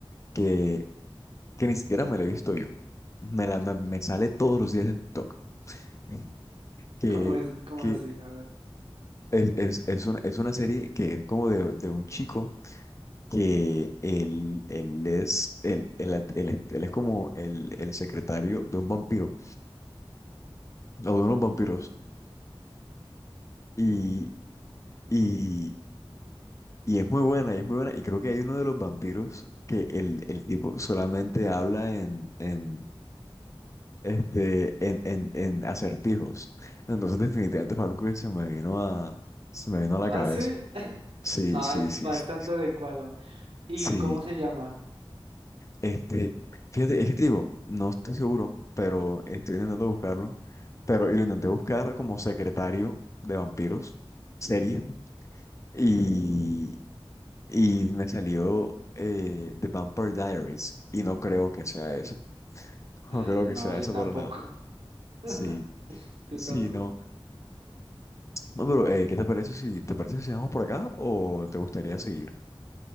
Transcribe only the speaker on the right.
¿cómo es? ¿Cómo
así? A ver.
¿Ah,
sí?
Ay,
bastante
adecuado. ¿Y
cómo se llama?
Ah,
no,
yo
tampoco.
<laughs>
Yo
tampoco.